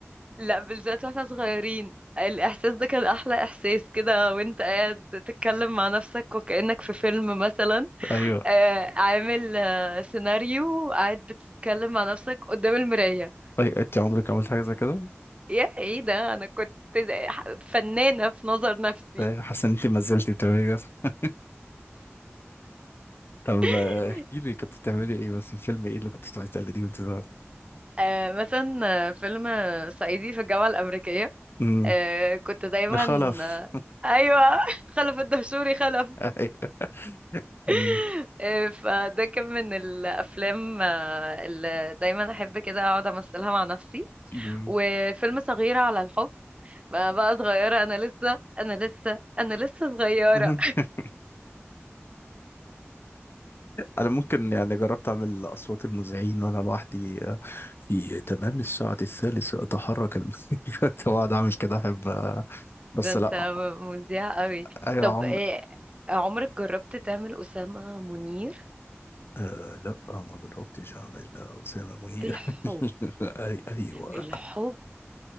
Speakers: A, on the right; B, on the left.
A: لا بالذات واحنا صغيرين الإحساس ده كان أحلى إحساس كده وانت قاعد تتكلم مع نفسك وكأنك في فيلم مثلا
B: ايوه
A: آه، عامل آه، سيناريو قاعد بتتكلم مع نفسك قدام المراية
B: طيب انت عمرك عملت حاجة زي كده
A: يا ايه ده أنا كنت فنانة في نظر نفسي
B: طيب، حاسس ان انت ما زلتي بتعملي كده طب
A: <laughs>
B: آه، احكي لي كنت بتعملي ايه بس الفيلم ايه اللي كنت بتقعدي تقلديه وانت صغير
A: آه، مثلا آه، فيلم آه، صعيدي في الجامعة الأمريكية
B: امم
A: آه، كنت دايما
B: خلف
A: آه، أيوة <laughs> خلف الدهشوري خلف
B: <laughs>
A: <laughs>
B: ايوه
A: آه، فده كان من الافلام آه، اللي دايما احب كده اقعد امثلها مع نفسي
B: أمم.
A: وفيلم صغيرة على الحب بقى بقى صغيرة انا لسه انا لسه انا لسه صغيرة
B: <laughs> انا ممكن يعني جربت اعمل اصوات المذيعين وانا لوحدي آه، في تمام الساعه الثالثه اتحرك الم- كنت بقعد <laughs> اعمل كده احب آه، بس
A: ده انت
B: لا
A: مذيع قوي
B: اي
A: طب
B: عمر
A: إيه عمرك جربت تعمل أسامة منير
B: آه لا ما جربتش اعمل اسامه منير
A: الحب
B: <laughs> أي ايوه
A: الحب